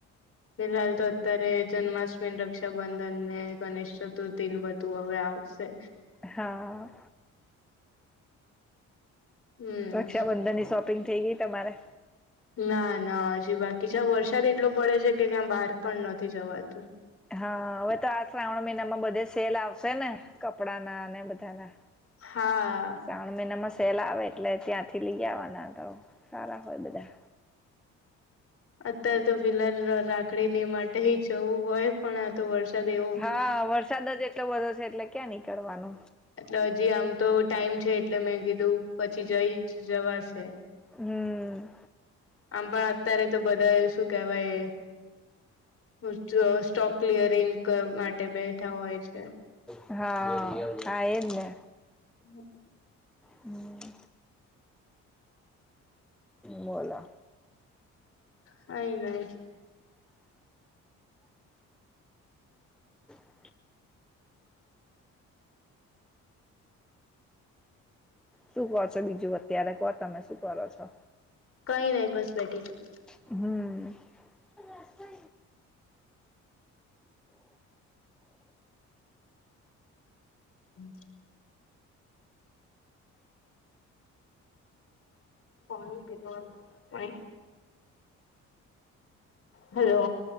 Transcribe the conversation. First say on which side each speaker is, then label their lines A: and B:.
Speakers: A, on the left (about 50°); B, in the centre.
A: ફિલહાલ તો અત્યારે જન્માષ્ટમી, રક્ષાબંધન ને ગણેશ ચતુર્થી ને બધું હવે આવશે.
B: હા.
A: હમ
B: રક્ષાબંધન ની શોપિંગ થઈ ગઈ તમારે?
A: ના ના હજી બાકી છે વરસાદ એટલો પડે છે કે ક્યાં બહાર પણ નથી જવાતું.
B: હા, હવે તો આ શ્રાવણ મહિનામાં બધે સેલ આવશે ને કપડાના ને બધાના.
A: હા.
B: શ્રાવણ મહિનામાં સેલ આવે એટલે ત્યાંથી લઈ આવવાના તો સારા હોય બધા.
A: અત્યારે તો ફિલહાલ ર ર રાખડી ની માટે જવું હોય. પણ આ તો વરસાદ એવું
B: હા, વરસાદ જ એટલો બધો છે એટલે ક્યાં નીકળવાનો.
A: એટલે હજી આમ તો ટાઈમ છે એટલે મેં કીધું પછી જઈ જવાશે.
B: હમ્મ.
A: આમ પણ અત્યારે તો બધા શું કેવાય હું સ્ટો સ્ટોક ક્લિયરિંગ માટે બેઠા હોય છે.
B: હા હા એજ ને.
A: હમ્મ.
B: હમ્મ. બોલો.
A: કઈ નઈ
B: <inaudible> શું કરો છો બીજું અત્યારે તો તમે શું કરો છો?
A: કઈ નહી બસ બેઠી છું.
B: હમ્મ. એ વાસતય.
A: હમ્મ. ફોન કીધું આમ. હલો.